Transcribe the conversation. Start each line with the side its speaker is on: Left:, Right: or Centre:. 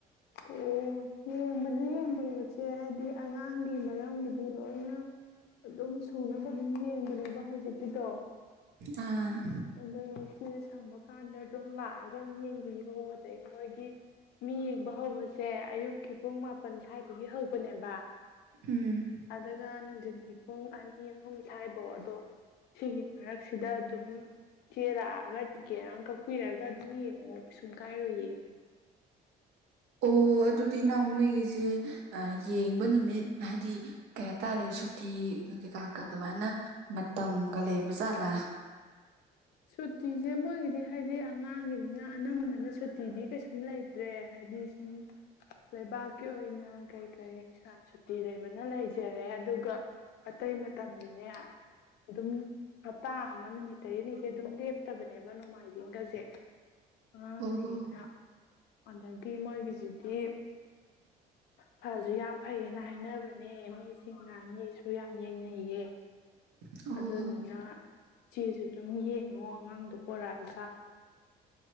Left: ꯑꯣ ꯌꯦꯡꯕꯅꯦ ꯌꯦꯡꯕꯅꯦ ꯏꯆꯦ ꯍꯥꯏꯗꯤ ꯑꯉꯥꯡꯒꯤ ꯃꯔꯝꯒꯤꯗꯤ ꯂꯣꯏꯅ ꯑꯗꯨꯝ ꯁꯨꯅꯕ ꯑꯗꯨꯝ ꯌꯦꯡꯕꯅꯦꯕ ꯍꯧꯖꯤꯛꯀꯤꯗꯣ
Right: ꯑꯥ
Left: ꯑꯗꯨ ꯢꯆꯦꯅ ꯁꯪꯕ ꯀꯥꯟꯗ ꯑꯗꯨꯝ ꯂꯥꯛꯑꯒ ꯌꯦꯡꯕꯤꯔꯣ ꯑꯗꯩ ꯃꯣꯏꯒꯤ ꯃꯤ ꯌꯦꯡꯕ ꯍꯧꯕꯁꯦ ꯑꯌꯨꯛꯀꯤ ꯄꯨꯡ ꯃꯥꯄꯜ ꯁ꯭ꯋꯥꯏꯗꯒꯤ ꯍꯧꯕꯅꯦꯕ
Right: ꯎꯝ
Left: ꯑꯗꯨꯒ ꯅꯨꯡꯊꯤꯟꯒꯤ ꯄꯨꯡ ꯑꯅꯤ ꯑꯍꯨꯝ ꯁꯥꯢꯕꯧ ꯑꯗꯣ ꯁꯤꯒꯤ ꯃꯔꯛꯁꯤꯗ ꯑꯗꯨꯝ ꯆꯦ ꯂꯥꯛꯑꯒ ꯇꯤꯛꯀꯦꯠ ꯑꯝ ꯀꯛꯄꯤꯔꯒ ꯑꯗꯨꯝ ꯌꯦꯡꯉꯣ ꯀꯩ ꯁꯨꯡ ꯀꯥꯏꯔꯨꯌꯦ
Right: ꯑꯣ ꯑꯗꯨꯗꯤ ꯏꯅꯥꯎ ꯃꯣꯏꯒꯤꯖꯦ ꯌꯦꯡꯕ ꯅꯨꯃꯤꯠ ꯍꯥꯏꯗꯤ ꯀꯩ ꯍꯥꯏꯇꯥꯔꯦ ꯁꯨꯇꯤꯒ ꯀꯩꯀꯥꯀ ꯑꯗꯨꯃꯥꯏꯅ ꯃꯇꯝꯒ ꯂꯩꯕꯖꯥꯠꯂꯥ
Left: ꯁꯨꯇꯤꯁꯦ ꯃꯣꯏꯒꯤꯗꯤ ꯍꯥꯏꯗꯤ ꯑꯉꯥꯡꯒꯤꯅꯤꯅ ꯑꯅꯝꯕꯅ ꯁꯨꯇꯤꯗꯤ ꯀꯩꯁꯨꯝ ꯂꯩꯇ ꯇ꯭ꯔꯦ ꯍꯥꯏꯗꯤ ꯁꯨꯝ ꯂꯩꯕꯥꯛꯀꯤ ꯑꯣꯏꯅ ꯀꯩ ꯀꯩ ꯁꯨꯇꯤ ꯂꯩꯕꯅ ꯂꯩꯖꯔꯦ ꯑꯗꯨꯒ ꯑꯇꯩ ꯃꯇꯝꯗꯤꯅꯦ ꯑꯗꯨꯝ ꯍꯞꯇꯥ ꯑꯃ ꯅꯨꯃꯤꯠ ꯇꯔꯦꯅꯤ ꯁꯦ ꯑꯗꯨꯝ ꯂꯦꯞꯇꯕꯅꯦꯕ ꯅꯣꯡꯃꯥꯏꯖꯤꯡꯒꯖꯦ ꯑꯉꯥꯡꯖꯤꯡꯒꯤꯅꯤꯅ
Right: ꯑꯣ
Left: ꯑꯗꯒꯤ ꯃꯣꯏꯒꯤꯖꯤꯗꯤ ꯐꯖꯨ ꯌꯥꯝ ꯐꯩꯌꯦꯅ ꯍꯥꯏꯅꯕꯅꯦ ꯃꯤꯁꯤꯡꯅ ꯃꯤꯁꯨ ꯌꯥꯝ ꯌꯦꯡꯅꯩꯌꯦ
Right: <inaudible> ꯑꯣ
Left: ꯑꯗꯨ ꯗꯨꯅ ꯆꯦꯖꯨ ꯑꯗꯨꯝ ꯌꯦ ꯉꯣ ꯑꯉꯥꯡꯗꯣ ꯄꯣꯔꯛꯑꯒ